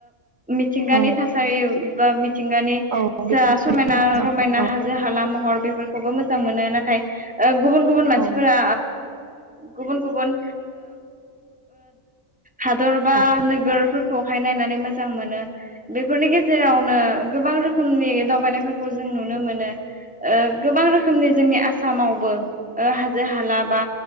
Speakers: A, in the centre; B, on the right (about 80°).
A: मिथिंगानि
B: औ
A: थासारि बा मिथिंगानि
B: औ बेफोरबायदिखौ
A: जा समायना
B: मोजां
A: रमायना
B: मोनो
A: हा जो हाला महर बेफोरखौबो मोजां मोनो नाथाय गुबुन गुबुन मानसिफोरा
B: औ
A: गुबुन गुबुन हादर बा
B: औ
A: नोगोरफोरखौहाय नायनानै मोजां मोनो बेफोरनि गेजेरावनो गोबां रोखोमनि दावबायनायफोरखौ जों नुनो मोनो गोबां रोखोमनि जोंनि आसामावबो हाजो हाला बा